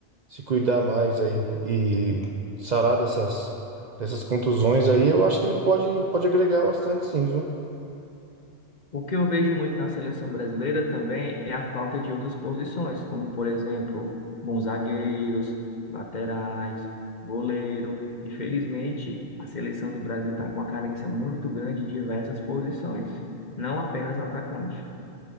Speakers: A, on the right; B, on the left.
A: se cuidar mais aí e sarar dessas, dessas contusões aí, eu acho que ele pode, pode agregar bastante sim, viu?
B: O que eu vejo muito na seleção brasileira também é a falta de outras posições, como, por exemplo, bons zagueiros, laterais, goleiro. Infelizmente, a seleção do Brasil está com uma carência muito grande de diversas posições, não apenas atacante.